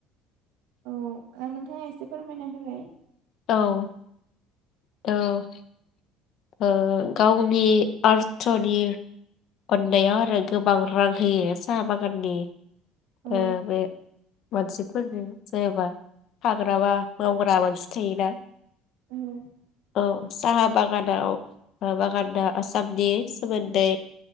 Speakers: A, on the right; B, on the left.
A: औ ओ नोंथाङा एसे फोरमायना होलाय
B: औ औ उह गावनि आरथनि अननायाव आरो गोबां रां होयो साहा बागाननि
A: औ
B: ओ बे मानसिफोरजों जायाबा हाग्रा बा मावग्रा मानसि थायोना
A: औ
B: अ साहा बागान। याव माबा गानदा आसामनि सोमोन्दै